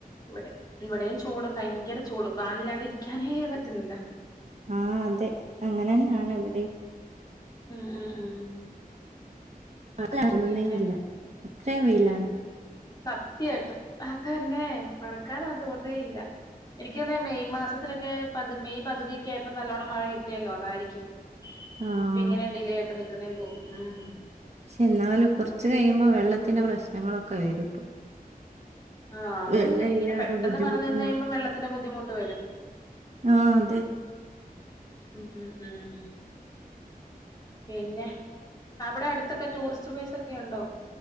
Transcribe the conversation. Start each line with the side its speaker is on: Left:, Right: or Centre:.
Left: ഇവിടെ ഇവിടേയും ചൂട് ഭയങ്കര ചൂട് ഫാനില്ലാണ്ട് ഇരിക്കാനേ പറ്റുന്നില്ല
Right: ആഹ് അതെ അങ്ങനന്നാണ് ഇവിടേം
Left: ആഹ് ആഹ് ആഹ്
Right: പൊറത്ത് എറങ്ങുന്നേ
Left: പിന്നെ
Right: ഇല്ല അത്രയും വെയിലാണ്
Left: സത്യായിട്ടും അതന്നെ മഴക്കാലാ തോന്നേല്ല എനിക്ക് തോന്നെ മെയ് മാസത്തിലൊക്കെ പകു മെയ് പകുതിയൊക്കെ ആയപ്പൊ നല്ലോണ്ണം മഴ കിട്ടിയല്ലൊ അതാരിക്കും <unintelligible>
Right: ആഹ്
Left: ഇപ്പ ഇങ്ങനെ ഡിലേ ആയിട്ട് നിൽക്കുന്നേന്ന് തോന്നും ഉം
Right: പക്ഷെ എന്നാലും കുറച്ച് കഴിയുമ്പോൾ വെള്ളത്തിന്റെ പ്രശ്നങ്ങളൊക്കെ വരും ഇപ്പൊ
Left: ആഹ് അതെ
Right: വെള്ളം
Left: അതെ ഇങ്ങനെ
Right: ഇല്ലാതെ
Left: പെട്ടെന്ന്
Right: ബുദ്ധിമുട്ടുന്ന
Left: മഴ നിന്ന് കഴിയുമ്പോൾ വെള്ളത്തിന്റെ ബുദ്ധിമുട്ട് വരും
Right: ആഹ് അതെ
Left: ഉം ഉം ഉം പിന്നെ അവിടെ അടുത്തൊക്കെ ടൂറിസ്റ്റ് പ്ലേസ് ഒക്കെ ഉണ്ടോ